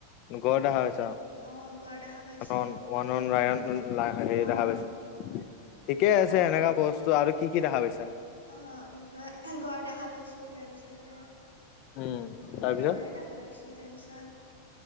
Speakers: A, on the left (about 40°); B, on the left (about 80°).
A: গড় দেখা পাইছা?
B: অ দেখা পাইছো
A: ওৱান, ওৱান <unintelligible>
B: অ
A: দেখা পাইছ ঠিকে আছে
B: অ
A: এনেকা
B: অ
A: বস্তু আৰু কি কি দেখা পাইছা
B: অ', কি কয় গড় দেখা পাইছোঁ, তাৰপিছতে
A: উম
B: এ
A: তাৰপিছত
B: গড় দেখা পাইছো তাৰপিছত